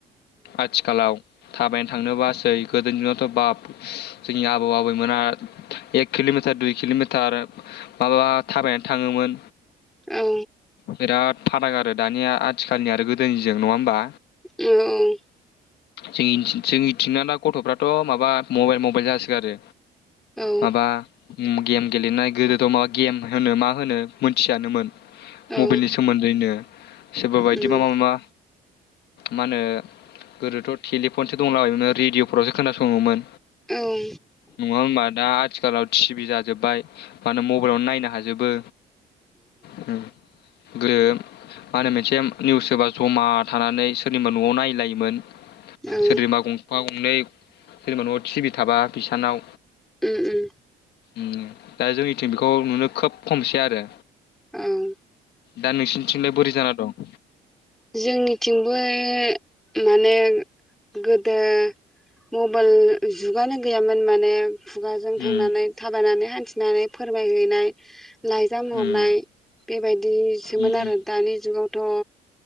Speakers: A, on the left (about 75°); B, in the centre.
A: आथिखालाव थाबायनो थांनोबासै गोदोनि दिनावथ' बाप जोंनि आबौ आबैमोना एक किल'मिटार दुइ किल'मिटार माबा थाबायनो थाङोमोन
B: औ।
A: बिराद फाराग आरो दानिया आथिखालनि आरो गोदोनिजों नङा होमबा।
B: <unintelligible>
A: जों इनसि जोंनिथिंनाना गथ'फ्राथ' माबा मबाइल मबाइल जासो गारो।
B: औ
A: माबा। उम गेम गेलेनाय गोदोथ' माबा गेम होनो मा होनो मोनथियानोमोन
B: औ
A: मबाइलनि सोमोन्दैनो सोरबा बायदि
B: उम
A: बा माबा। मा होनो गोदोथ'। टेलिफनसो दंलाबायोमोन रेडिअफोरावसो खोनासङोमोन।
B: औ
A: नङा होमबा दा आथिखालाव थिभि जाजोब्बाय मानो मबाइलावनो नायनो हाजोबो। उम गोदो मा होनो मोनसे निउस होबा जमा थानानै सोरनिबा न'आव नायलायोमोन।
B: औ
A: सोरनिबा गंफा गंनै जेनेबा न'आव टिभि थाबा बिसानाव
B: उम उम
A: उम दा जोंनिथिं बेखौ नुनो खोब खमसै आरो
B: औ
A: दा नोंसिनिथिंलाय बोरै जाना दं?
B: जोंनिथिंबो माने गोदो मबाइल जुगानो गैयामोन माने खुगाजों थांनानै
A: उम
B: थाबायनानै हाय थिनानै फोरमायहैनाय लाइजाम हरनाय
A: उम
B: बेबायदिसोमोन
A: उम
B: आरो दानि जुगाव दङ।